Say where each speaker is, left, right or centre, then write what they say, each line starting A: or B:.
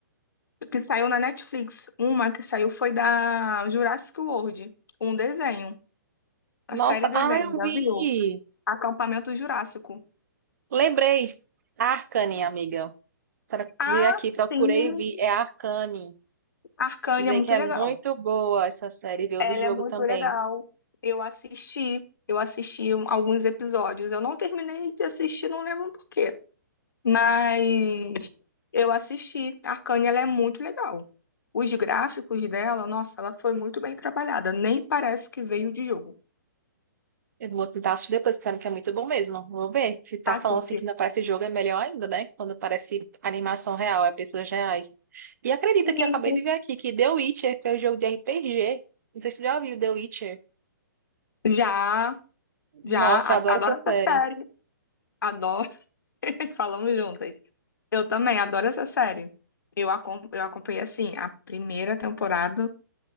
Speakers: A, on the left; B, on the right.
A: Que saiu na Netflix. Uma que saiu foi da Jurassic World. Um desenho. A
B: Nossa,
A: série desenho,
B: ah, eu
A: já
B: vi!
A: viu? Acampamento Jurássico.
B: Lembrei. Arcane, amiga. Tra-
A: Ah,
B: Vi aqui,
A: sim!
B: procurei e vi. É Arcane.
A: Arcane
B: Dizem
A: é muito
B: que é
A: legal.
B: muito boa essa série. Veio
A: Ela
B: de jogo
A: é muito
B: também.
A: legal. Eu assisti, eu assisti um- alguns episódios. Eu não terminei de assistir, não lembro por quê. Mas eu assisti. A Arcane, ela é muito legal. Os gráficos dela, nossa, ela foi muito bem trabalhada. Nem parece que veio de jogo.
B: Eu vou tentar assistir depois, disseram que é muito bom mesmo. Vou ver. Se tá
A: Assiste.
B: falando assim que não parece jogo, é melhor ainda, né? Quando parece animação real, é pessoas reais. E acredita
A: E
B: que eu acabei de ver aqui que The Witcher foi um jogo de RPG. Não sei se você já viu The Witcher.
A: Já, já,
B: Nossa,
A: a-
B: eu adoro
A: adoro
B: essa série.
A: essa série. Adoro, <laughs> falamos juntas. Eu também adoro essa série. Eu, acom- eu acompanhei, assim, a primeira temporada.